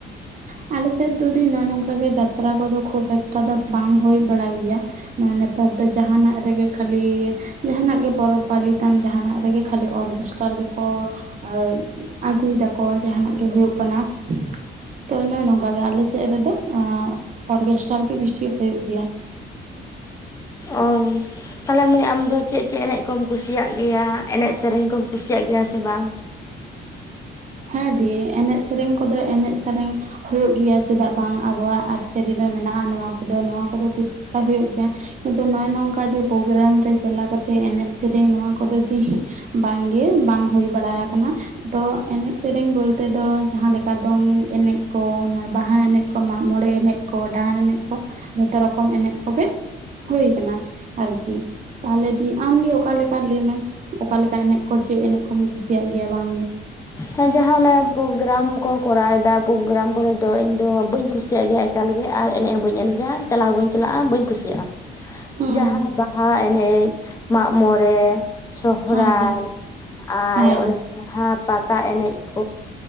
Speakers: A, on the right; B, on the left.
A: ᱦ ᱟᱞᱮ ᱥᱮᱫ ᱫᱚ ᱫᱤ ᱱᱚᱜᱼᱚᱭ ᱱᱚᱝᱠᱟ ᱜᱮ ᱡᱟᱛᱨᱟ ᱠᱚᱫᱚ ᱠᱷᱩᱵ ᱮᱠᱴᱟ ᱫᱚ ᱵᱟᱝ ᱦᱳᱭ ᱵᱟᱲᱟᱜ ᱜᱮᱭᱟ᱾ ᱱᱮᱛᱟᱨ ᱫᱚ ᱡᱟᱦᱟᱱᱟᱜ ᱨᱮᱜᱮ ᱠᱷᱟᱹᱞᱤ ᱡᱟᱸᱦᱟᱸᱱᱟᱜ ᱜᱮ ᱯᱚᱨᱚᱵ ᱯᱟᱹᱞᱤ ᱛᱟᱢ ᱡᱟᱸᱦᱟᱸᱱᱟᱜ ᱨᱮᱜᱮ ᱠᱷᱟᱹᱞᱤ ᱚᱨᱜᱮᱥᱴᱟᱨ ᱜᱮᱠᱚ ᱟᱹ ᱟᱹᱜᱩᱭ ᱫᱟᱠᱚ ᱡᱟᱸᱦᱟᱸᱱᱟᱜ ᱜᱮ ᱦᱩᱭᱩᱜ ᱠᱟᱱᱟ᱾ ᱛᱚ ᱱᱚᱜᱼᱚᱭ ᱱᱚᱝᱠᱟ ᱜᱮ ᱟᱞᱮ ᱥᱮᱫ ᱨᱮᱫᱚ ᱟᱸ ᱚᱨᱜᱮᱥᱴᱟᱨ ᱜᱮ ᱵᱮᱥᱤ ᱦᱳᱭᱳᱜ ᱜᱮᱭᱟ᱾
B: ᱚ᱾ ᱛᱟᱦᱚᱞᱮ ᱢᱟᱹᱭ ᱟᱢ ᱫᱚ ᱪᱮᱫ ᱪᱮᱫ ᱮᱱᱮᱡ ᱠᱚᱢ ᱠᱩᱥᱤᱭᱟᱜ ᱜᱮᱭᱟ ᱮᱱᱮᱡ ᱥᱮᱨᱮᱧ ᱠᱚᱢ ᱠᱩᱥᱤᱭᱟᱜ ᱜᱮᱭᱟ ᱥᱮ ᱵᱟᱝ?
A: ᱦᱮᱸ ᱫᱤ ᱮᱱᱮᱡ ᱥᱮᱨᱮᱧ ᱠᱚᱫᱚ ᱮᱱᱮᱡ ᱥᱮᱨᱮᱧ ᱦᱩᱭᱩᱜ ᱜᱮᱭᱟ ᱪᱮᱫᱟᱜ ᱵᱟᱝ ᱟᱵᱚᱣᱟᱜ ᱟᱹᱨᱤᱪᱟᱹᱞᱤ ᱨᱮ ᱢᱮᱱᱟᱜᱼᱟ ᱱᱚᱣᱟ ᱠᱚᱫᱚ ᱱᱚᱣᱟ ᱠᱚᱫᱚ ᱠᱩᱥᱤ ᱢᱟ ᱦᱩᱭᱩᱜ ᱜᱮᱭᱟ᱾ ᱠᱤᱱᱛᱩ ᱱᱚᱜᱼᱚᱭ ᱱᱚᱝᱠᱟ ᱡᱮ ᱯᱨᱳᱜᱜᱨᱟᱢ ᱨᱮ ᱪᱟᱞᱟᱣ ᱠᱟᱛᱮ ᱮᱱᱮᱡ ᱥᱮᱨᱮᱧ ᱱᱚᱣᱟ ᱠᱚᱫᱚ ᱫᱤ ᱵᱟᱝᱜᱮ ᱵᱟᱝ ᱦᱩᱭ ᱵᱟᱲᱟ ᱠᱟᱱᱟ ᱛᱚ ᱮᱱᱮᱡ ᱥᱮᱨᱮᱧ ᱵᱚᱞᱛᱮ ᱫᱚ ᱡᱟᱦᱟᱸ ᱞᱮᱠᱟ ᱫᱚᱝ ᱮᱱᱮᱡ ᱠᱚ ᱵᱟᱦᱟ ᱮᱱᱮᱡ ᱠᱚ ᱢᱟᱜ ᱢᱚᱬᱮ ᱮᱱᱮᱡ ᱠᱚ ᱰᱟᱦᱟᱨ ᱮᱱᱮᱡ ᱠᱚ ᱡᱷᱚᱛᱚ ᱨᱚᱠᱚᱢ ᱮᱱᱮᱡ ᱠᱚᱜᱮ ᱦᱩᱭ ᱠᱟᱱᱟ ᱟᱨᱠᱤ᱾ ᱛᱟᱦᱚᱞᱮ ᱫᱤ ᱟᱢᱜᱮ ᱚᱠᱟ ᱞᱮᱠᱟ ᱞᱟᱹᱭᱢᱮ ᱚᱠᱟ ᱞᱮᱠᱟ ᱮᱱᱮᱡ ᱠᱚ ᱪᱮᱫ ᱮᱱᱮᱡ ᱠᱚᱢ ᱠᱩᱥᱤᱭᱟᱜ ᱜᱮᱭᱟ ᱵᱟᱝ ᱜᱮ?
B: ᱦᱮᱸ ᱡᱟᱦᱟᱸ ᱚᱱᱟ ᱯᱨᱳᱜᱽᱜᱨᱟᱢ ᱠᱚ ᱠᱚᱨᱟᱣ ᱮᱫᱟ ᱯᱨᱳᱜᱽᱜᱨᱟᱢ ᱠᱚᱨᱮ ᱫᱚ ᱤᱧ ᱫᱚ ᱵᱟᱹᱧ ᱠᱩᱥᱤᱭᱟᱜ ᱜᱮᱭᱟ ᱮᱠᱟᱞ ᱜᱮ, ᱟᱨ ᱮᱱᱮᱡ ᱦᱚᱸ ᱵᱟᱹᱧ ᱮᱱᱮᱡᱟ ᱪᱟᱞᱟᱣ ᱵᱟᱹᱧ ᱪᱟᱞᱟᱜᱼᱟ ᱵᱟᱹᱧ ᱠᱩᱥᱤᱭᱟᱜᱼᱟ᱾
A: ᱦᱩᱸ
B: ᱡᱟᱦᱟᱸ ᱵᱟᱦᱟ ᱮᱱᱮᱡ ᱢᱟᱜ ᱢᱚᱬᱮ ᱥᱚᱦᱨᱟᱭ
A: ᱦᱮᱸ ᱫᱤ
B: ᱟᱨ
A: ᱦᱮᱸ
B: ᱚᱱᱮ ᱡᱟᱸᱦᱟᱸ ᱯᱟᱛᱟ ᱮᱱᱮᱡ ᱠᱚ